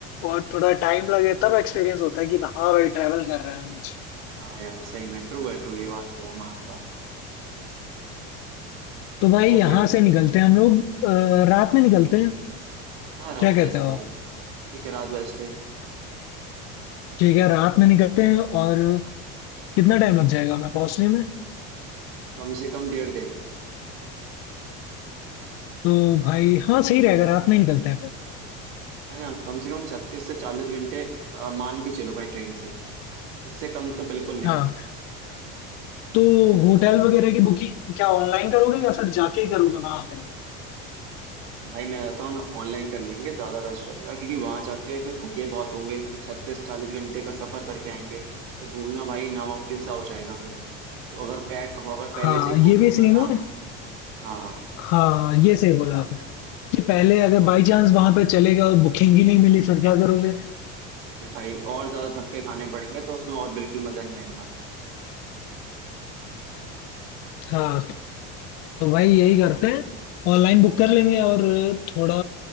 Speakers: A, on the left; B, on the right.
A: और थोड़ा टाइम लगे तब एक्सपीरियंस होता है कि हाँ भाई ट्रैवल कर रहे हैं आज
B: हाँ यार सही में ट्रू है ट्रू ये बात तो यार मानूंगा
A: तो भाई यहाँ
B: ओके तो
A: से
B: फिर
A: निकलते हैं हम लोग अ, रात में निकलते हैं
B: हाँ रात
A: क्या कहते
B: बेस्ट
A: हो
B: है
A: आप
B: यार ठीक है रात बेस्ट है
A: ठीक है रात में निकलते हैं और कितना टाइम लग जाएगा हमें पहुंचने में
B: कम से कम डेढ़ दिन
A: तो भाई हाँ सही रहेगा रात में ही निकलते हैं फिर
B: है ना कम से कम छत्तीस से चालीस घंटे अ, मान के चलो भाई ट्रेन से इससे कम तो बिल्कुल नहीं
A: हाँ तो होटल वगैरह की बुकिंग क्या ऑनलाइन करोगे या फिर जाके ही करोगे वहां पे
B: भाई मैं रहता हूँ ना ऑनलाइन कर लेंगे ज्यादा बेस्ट रहेगा क्योंकि वहां जाके फिर थके बहुत होंगे कि छत्तीस चालीस घंटे का सफर करके आएंगे तो ढूंढना भाई नामुमकिन सा हो जाएगा फिर तो अगर पैक हो अगर पहले
A: हाँ
B: से ही बुक्ड
A: ये भी
B: होगा
A: सीन
B: ना
A: है
B: हाँ
A: हाँ ये सही बोला आपने कि पहले अगर बाई चांस वहां पे चले गए और बुकिंग ही नहीं मिली फिर क्या करोगे
B: फिर भाई और ज्यादा धक्के खाने पड़ेंगे तो उसमें और बिल्कुल मजा नहीं आएगा
A: हाँ तो भाई यही करते हैं ऑनलाइन बुक कर लेंगे और थोड़ा